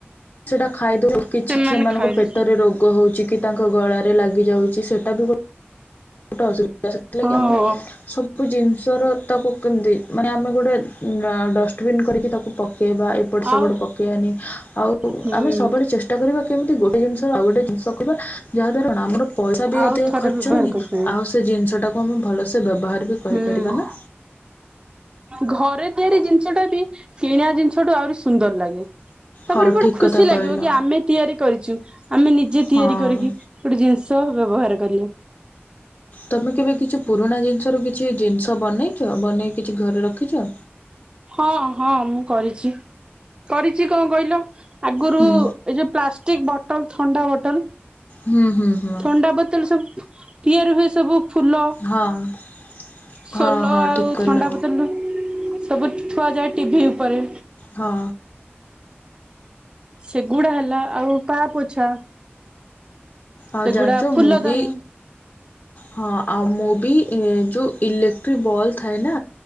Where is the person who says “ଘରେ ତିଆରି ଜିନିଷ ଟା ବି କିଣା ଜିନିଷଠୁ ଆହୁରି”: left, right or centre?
Right